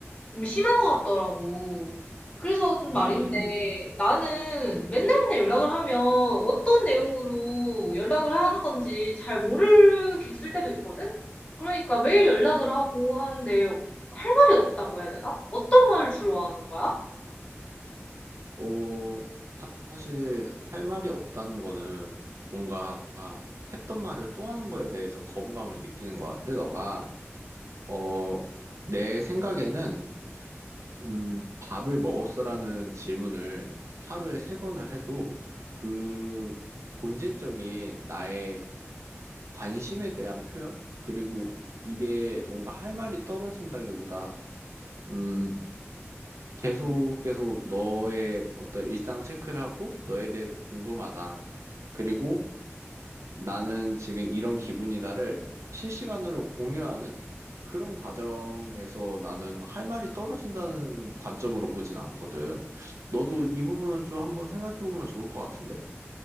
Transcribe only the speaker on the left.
좀 심한 것 같더라고. 그래서 좀 말인데
나는 맨날 맨날 연락을 하면 어떤 내용으로 연락을 하는 건지 잘 모르겠을 때도 있거든? 그러니까 매일 연락을 하고 하는데 할 말이 없다고 해야 되나? 어떤 말을 주로 하는 거야?